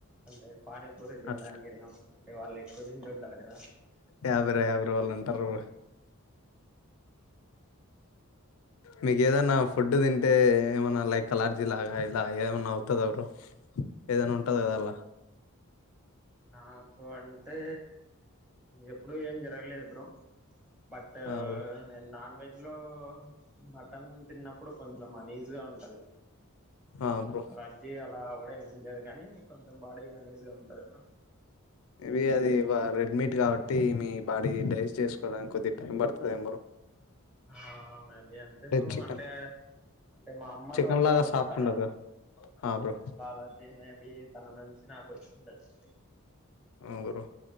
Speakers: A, in the centre; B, on the left (about 70°).
A: అంటే పానీపూరి దిన్
B: అట్లా
A: డానికి యేల్ నమ్ ఆహా అంటే వాళ్ ఎక్కు దింటుంటరు కదా
B: యా బ్రో యా బ్రో వాళ్ళు అంటారు మీకి ఏదన్నా ఫుడ్డు దింటే ఏమన్నా లైక్ అలర్జీ లాగా ఇలా ఏవన్నా ఔతద బ్రో ఏదైనా ఉంటది గదా అల్లా
A: నాకు అంటే ఎప్పుడు ఏం జరగలేదు బ్రో బట్
B: ఆ బ్రో
A: నేన్ నాన్వెజ్ నాన్వేజ్లో మటన్ తిన్నప్పుడు కొంచెం అనీజ్గా ఉంటది
B: ఆ బ్రో
A: అలర్జి అలా అవ్వడం ఏం లేదు గానీ కొంచెం బాడీగా అనీజిగా ఉంటది బ్లో
B: ఇది అది ఒక రెడ్ మీట్ కాబట్టి మీ బాడీ డైజెస్ట్ చేసుకోవడానికి కొద్దిగా టైం పడుతదేమో బ్రో
A: ఆ మేబి అంతే బ్రో
B: చికెన్
A: అంటే అంటే మా అమ్మకౌతందన్నమాట
B: చికెన్ లాగా సాఫ్ట్ ఉండదుగా ఆ బ్రో
A: అలా అలార్జి అది తన నుంచి నాకోచ్చిందచ్చు
B: ఆ బ్రో